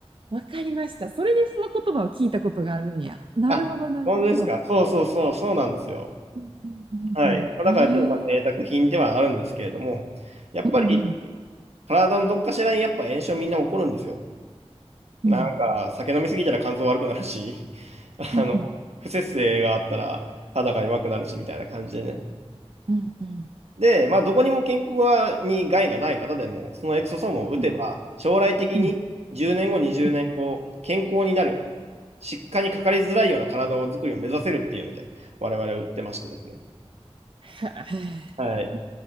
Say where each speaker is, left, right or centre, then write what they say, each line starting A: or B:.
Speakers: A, on the right; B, on the right.
A: わかりました。それでその言葉を聞いたことがあるんや。なるほど、
B: あ、
A: なるほど。
B: 本当ですか。そうそうそう、そうなんですよ。
A: うんうんうんうん。
B: はい。まあ、だからちょっとまあ贅沢品ではあるんですけれども、
A: へえ。
B: やっぱり
A: うんうん。
B: 体のどっかしらにやっぱ炎症みんな起こるんですよ。
A: うん。
B: なんか、酒飲みすぎたら肝臓悪くなるし、<laughs>
A: うんうん。
B: あの、不摂生があったら肌が弱くなるし、みたいな感じでね。
A: うんうん。
B: で、まあ、どこにも健康に害がない方でも、そのエクソソームを打てば、
A: うん
B: 将来的に10年後、
A: うん
B: 20年後、
A: へ
B: 健康になる、疾患にかかりづらいような体を作りを目指せるっていうので、我々は打ってましてですね。
A: え。
B: はい。